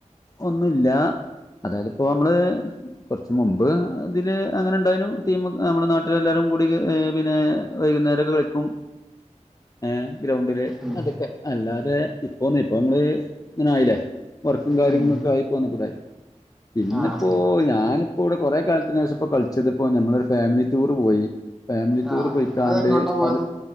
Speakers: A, on the left; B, in the centre.
A: ഒന്നുല്ല അതായത് പ്പോ മ്മള് കൊർ ച്ച് മുമ്പ് ഇതില് അങ്ങനെ ണ്ടായിനു. ടീം മ്മളെ നാട്ടിലെല്ലാരും കൂടി പി പിന്നെ വൈകുന്നേരക്കെ കളിക്കും ഏഹ് ഗ്രൗണ്ടില്
B: ഉം
A: അതൊക്കെ അല്ലാതെ ഇപ്പൊ ന്നിപ്പോ മ്മള് ഇങ്ങനെ ആയിലെ വർക്കും കാര്യങ്ങള്ക്കെ
B: ഉം
A: ആയിപ്പോന്നക്കായിട്ട്ലെ പിന്നെ
B: ആഹ്
A: പ്പോ ഞാന് ഇപ്പോ വിടെ കൊറെ കാലത്ത്നേഷപ്പോ കള്ച്ചത്പ്പോ നമ്മളൊരു ഫാമിലി ടൂർ പോയി ഫാമിലി ടൂർ
B: ആഹ്
A: പൊയിക്കാണ്ട്
B: അതെങ്ങോട്ടാ പോയത്
A: അത്